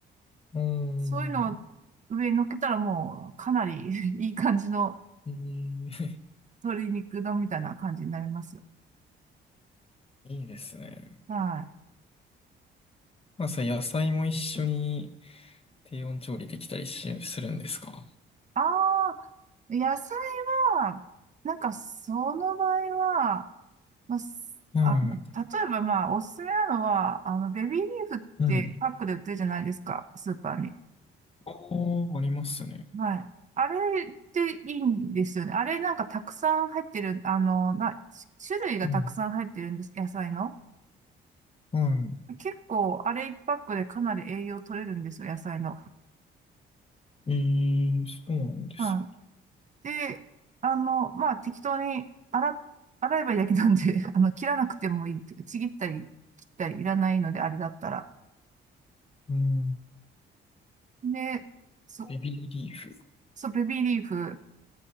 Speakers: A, on the left; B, on the right.
A: うん、
B: そういうのを上に乗っけたらもうかなり <laughs> いい感じの
A: えー
B: 鶏肉丼みたいな感じになりますよ。
A: <laughs> いいですね。
B: はい。
A: まあ、それ野菜も一緒に低温調理できたりし、するんですか
B: ああ、野菜は、なんかその場合は、まあ、すあの、
A: はい。
B: 例えばまあ、おすすめなのは、あの、ベビーリーフってパックで売ってるじゃないですか、
A: うん。
B: スーパーに。
A: ああ、ありますね。
B: はい。あれっていいんですよね。あれなんかたくさん入ってる、あの、な、し種類がたくさん入ってるんです、
A: うん
B: 野菜の。
A: は
B: 結構、あれ一パックでかなり栄養取れるんですよ、野菜の。
A: い。えー、そうなんです。
B: うんで、あの、まあ、適当に洗っ、洗えばいいだけなんで、<laughs> あの、切らなくてもいいっていうか。ちぎったり、切ったりいらないので、あれだったら。
A: うん。
B: で、そ、
A: ベビーリーフ。
B: そう、ベビーリーフ。